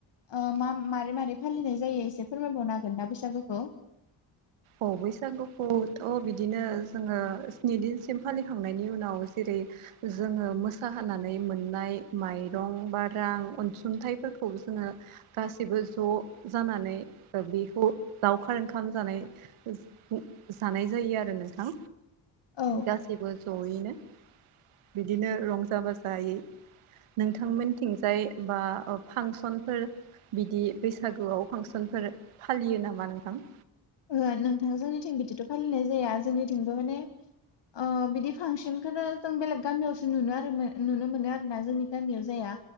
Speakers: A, on the left; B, on the right.
A: ओ मा मारै मारै फालिनाय जायो एसे फोरमायबावनो हागोन ना बैसागुखौ?
B: अ बैसागुखौथ' बिदिनो जोङो स्नि दिनसिम फालिखांनायनि उनाव जेरै- जोङो मोसाहोनानै मोननाय माइरं बा रां अनसुंथाइफोरखौ जोङो गासिबो ज' जानानै बेखौ लावखार ओंखाम जानाय जानाय जायो आरो नोंथां
A: औ
B: गासैबो ज'यैनो। बिदिनो रंजा-बाजायै नोंथां मोनथिंजाय बा ओ फांसनफोर बिदि बैसागुआव फांसनफोर फालियो नामा नोंथां?
A: ओहो नोंथां जोंनिथिं बिदिथ' फालिनाय जाया जोंनिथिंबो माने ओ बिदि फांसनखौथ' जों बेलेग गामियावसो नुनो आरो नुनो मोनो आरोना। जोंनि गामियाव जाया